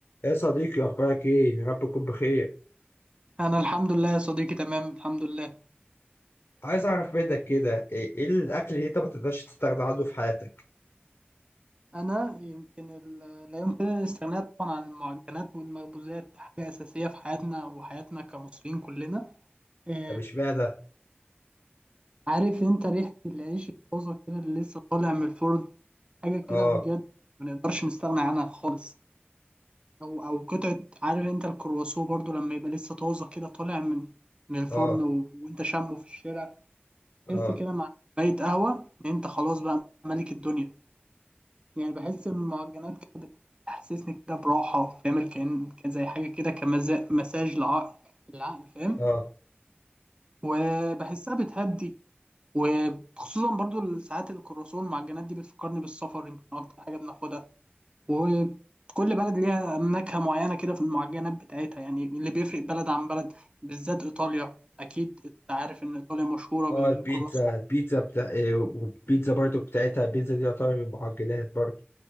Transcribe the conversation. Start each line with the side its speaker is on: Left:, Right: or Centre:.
Left: يا صديقي اخبارك ايه يا رب تكون بخير
Right: انا الحمد لله يا صديقي تمام الحمد لله
Left: عايز اعرف منك كده ايه إيه الاكل اللي انت ما تقدرش تستغنى عنه في حياتك
Right: انا يمكن ال- لا يمكن الاستغناء طبعا عن المعجنات والمخبوزات حاجه اساسيه في حياتنا وحياتنا كمصريين كلنا آه،
Left: طب اشمعنى
Right: عارف انت ريحه العيش الطازه كده اللي لسه طالع من الفرن حاجه كده
Left: اه
Right: بجد ما نقدرش نستغنى عنها خالص او او قطعه عارف انت الكرواسون برضو لما يبقى لسه طازه كده طالع من من الفرن
Left: اه
Right: و... وانت شامه في الشارع
Left: اه
Right: تحس كده مع كوبايه قهوه ان انت خلاص بقى ملك الدنيا يعني بحس إن المعجنات كده بتحسسني كده براحة وبتعمل كأن كان زي حاجة كده كمساج مساج للعقل العقل فاهم
Left: اه
Right: وبحسها بتهدي وخصوصا برضو ساعات الكرواسون والمعجنات دي بتفكرني بالسفر يمكن أكتر حاجة بناخدها وكل بلد ليها نكهة معينة كده في المعجنات بتاعتها يعني اللي بيفرق بلد عن بلد بالذات إيطاليا أكيد أنت عارف إن إيطاليا مشهورة بالكرواسون
Left: اه البيتزا البيتزا بتاع إيه، والبيتزا برضو بتاعتها البيتزا دي يعتبر من المعجنات برضو